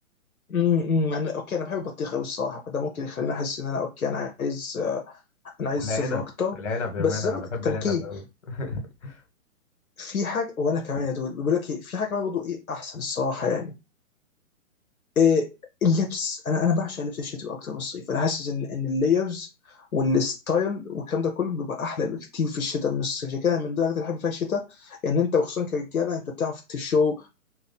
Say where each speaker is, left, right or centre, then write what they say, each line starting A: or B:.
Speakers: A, on the left; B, on the left.
A: م- م- انا اوكي انا بحب البطيخ قوي الصراحة فده ممكن يخليني احس ان انا اوكي انا عايز آه، انا عايز
B: والعنب
A: صيف اكتر
B: العنب يا
A: بس
B: مان انا
A: زي ما قلت-
B: بحب
A: طب
B: العنب
A: اوكي
B: قوي <laughs>
A: في حاجة وانا كمان يا دود بيقول لك إيه، في حاجة كمان برضه ايه احسن الصراحة يعني إيه، اللبس انا انا بعشق لبس الشتوي اكتر من الصيف انا حاسس ان ان اللايرز والستايل والكلام ده كله بيبقى احلى بكتير في الشتاء من الصيف عشان كده من ضمن الحاجات اللي بحب فيها الشتاء ان انت وخصوصا كرجاله انت بتعرف تشو